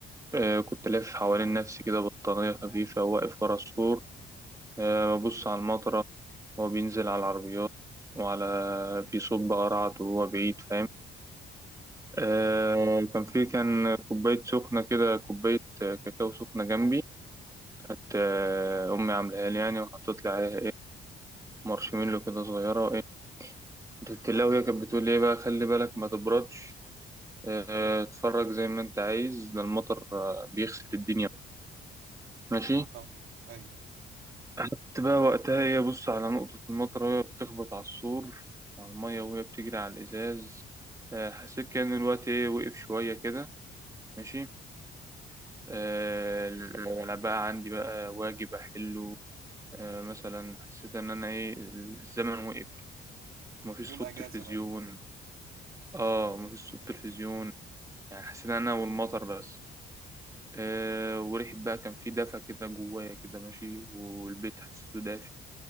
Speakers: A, on the right; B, on the right.
A: آه كنت لافف حوالين نفسي كده بطانية خفيفة واقف ورا السور آه، ببص على المطرة وهو بينزل على العربيات وعلى في صب قرعت وهو بعيد فاهم آه كان في كان كوباية سخنة كده كوباية آه، كاكاو سخنة جنبي كانت آه، أمي عاملاها لي يعني وحطت لي عليها إيه مارشميلو كده صغيرة إيه التلاوة هي كانت بتقول لي إيه بقى خلي بالك ما تبردش آه، اتفرج زي ما أنت عايز ده المطر آه، بيغسل الدنيا ماشي
B: اه ايوه
A: قعدت بقى وقتها هي بص على نقطة المطر وهي بتخبط على السور وعلى المية وهي بتجري على الإزاز آه، حسيت كأن الوقت إيه وقف شوية كده ماشي آه، ولا بقى عندي بقى واجب أحله آه، مثلا حسيت إن أنا إيه الزمن وقف مفيش
B: يوم
A: صوت
B: اجازة
A: تلفزيون
B: بقى
A: آه مفيش صوت تلفزيون يعني حسيت إن أنا والمطر بس آه، وريحة بقى كان في دفى كده جوايا كده ماشي والبيت حسيته دافي